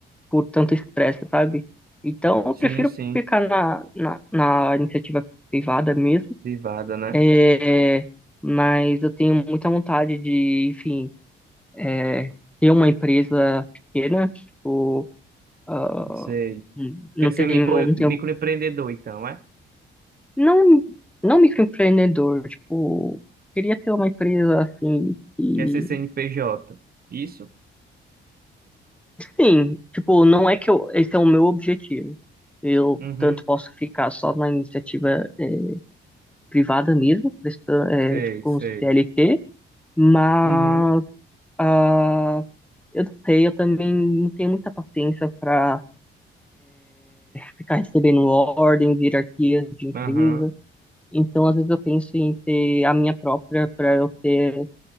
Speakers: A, in the centre; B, on the right (about 50°).
A: por tanto estresse, sabe? Então, eu
B: Sim,
A: prefiro
B: sim,
A: ficar na, na, na iniciativa privada mesmo,
B: privada, né?
A: é, mas eu tenho muita vontade de, enfim, é, ter uma empresa pequena, tipo, ah,
B: Sei.
A: não
B: Quer ser
A: tenho,
B: micro,
A: não tenho,
B: microempreendedor, então, é?
A: não, não microempreendedor, tipo, queria ter uma empresa assim e
B: Quer ser CNPJ? Isso?
A: sim, tipo, não é que eu, esse é o meu objetivo. Eu
B: Uhum.
A: tanto posso ficar só na iniciativa eh, privada mesmo, prestando, eh,
B: Sei,
A: tipo, com
B: sei.
A: CLT, mas
B: Uhum.
A: ah, eu não sei, eu também não tenho muita paciência para ficar recebendo ordens, hierarquias de empresa.
B: Aham.
A: Então, às vezes eu penso em ter a minha própria para eu ter